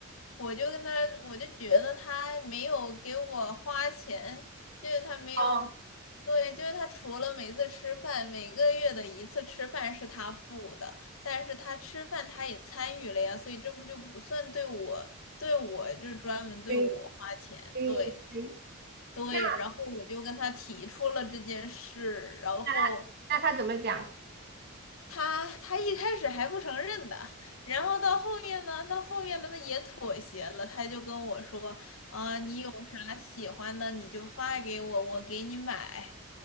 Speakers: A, on the left; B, on the right.
A: 我就跟他，我就觉得他没有给我花钱，就是他没有，
B: 哦，
A: 对，就是他除了每次吃饭，每个月的一次吃饭是他付的，但是他吃饭他也参与了呀，所以这不就不算对我，对我就专门对我花钱，
B: 对对对，
A: 对。对，
B: 那
A: 然后我就跟他提出了这件事，然后
B: 那他那他怎么讲？
A: 他他一开始还不承认的，然后到后面呢，到后面呢，他也妥协了，他就跟我说，啊、你有啥喜欢的你就发给我，我给你买。